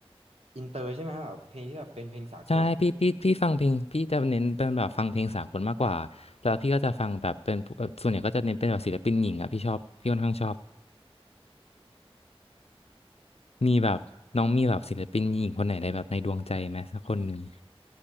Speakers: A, on the right; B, on the left.
A: อินเตอร์ใช่ไหมแบบเพลงที่แบบเป็นเพลงสากล
B: ใช่พี่พี่พี่ฟังเพลงพี่จะเน้นเป็นแบบฟังเพลงสากลมากกว่าแล้วพี่ก็จะฟังแบบเป็นพวกเอ่อส่วนใหญ่ก็จะเน้นเป็นแบบศิลปินหญิงอ่ะพี่ชอบพี่ค่อนข้างชอบมีแบบน้องมีแบบศิลปินหญิงคนไหนในแบบในดวงใจไหมสักคนหนึ่ง